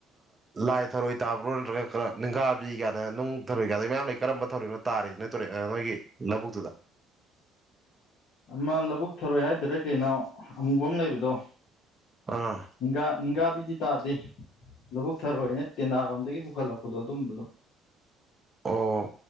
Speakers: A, on the right; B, on the left.
A: ꯂꯥꯏ ꯊꯔꯣꯏ ꯇꯥꯕ꯭ꯔꯣ ꯅꯠꯇ꯭ꯔꯒ ꯈꯔ ꯅꯤꯡꯒꯥꯥꯕꯤ ꯒꯥꯢꯅ ꯅꯨꯡ ꯊꯔꯣꯏꯒꯥꯏꯅ ꯃꯌꯥꯝ ꯂꯩ ꯀꯔꯝꯕ ꯊꯧꯔꯤꯅꯣ ꯇꯥꯔꯤꯁꯤꯅ ꯅꯣꯏ ꯇꯨꯔꯦꯜ ꯅꯣꯏꯒꯤ ꯂꯕꯨꯛꯇꯨꯗꯨꯗ
B: <unintelligible> ꯑꯃ ꯂꯧꯕꯨꯛ ꯊꯔꯣꯏ ꯍꯥꯏꯗꯣꯏꯔ ꯀꯩꯅꯣ ꯑꯃꯨꯕ ꯑꯃ ꯂꯩꯕꯗꯣ
A: ꯑꯥ
B: ꯅꯤꯡꯒꯥ ꯅꯤꯡꯒꯥ ꯕꯤꯗꯤ ꯇꯥꯗꯦ ꯂꯧꯕꯨꯛ ꯊꯔꯣꯏꯅ ꯇꯦꯟꯅꯥꯔꯣꯝꯗꯒꯤ ꯄꯨꯈꯠꯂꯛꯄꯗꯣ ꯑꯗꯨꯝꯕꯗꯣ
A: ꯑꯣ